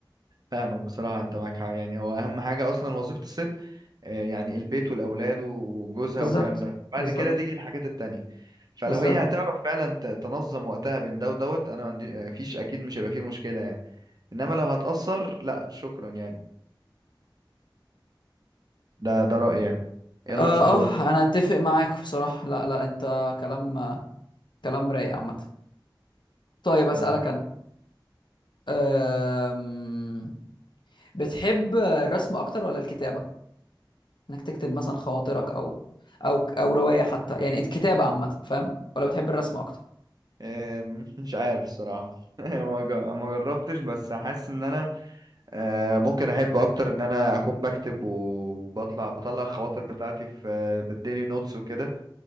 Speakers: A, on the right; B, on the left.
A: فاهمك بصراحة أنت معاك حق يعني هو أهم حاجة أصلا وظيفة الست آه، يعني البيت والأولاد وجوزها
B: بالظبط
A: والكلام ده بعد
B: بالظبط
A: كده تيجي الحاجات التانية فلو
B: بالظبط
A: هي هتعرف فعلا ت- تنظم وقتها بين ده ودوت أنا ما عندي آه، فيش أكيد مش هيبقى فيه مشكلة يعني إنما لو هتأثر لا شكرا يعني ده ده رأيي يعني يلا
B: اه
A: اسأل دور
B: اه انا اتفق معاك بصراحه لا لا انت كلام كلام رايق عامه طيب اسالك
A: يلا
B: انا أم... بتحب الرسم اكتر ولا الكتابه انك تكتب مثلا خواطرك او او او روايه حتى يعني الكتابه عامه فاهم ولا بتحب الرسم اكتر
A: آم، مش عارف الصراحة <laughs> ما جا- ما جربتش بس حاسس إن أنا آه، ممكن احب اكتر ان انا اكون بكتب وبطلع بطلع الخواطر بتاعتي في في الديلي نوتس وكده